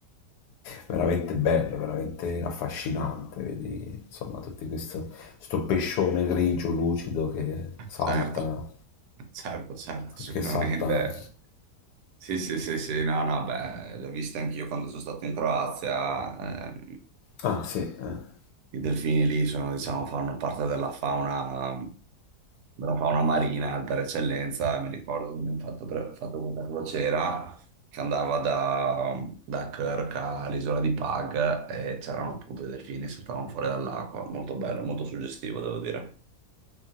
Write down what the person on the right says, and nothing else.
Certo, certo, certo, sicuramente.
Sì, sì, sì, sì, no, no, beh, l'ho vista anch'io quando sono stato in Croazia. ehm,
I delfini lì sono, diciamo, fanno parte della fauna, della fauna marina per eccellenza. Mi ricordo che abbiamo fatto, pre- fatto questa crociera che andava da, da Kirk all'isola di Pag e c'erano appunto i delfini che saltavano fuori dall'acqua. Molto bello, molto suggestivo, devo dire.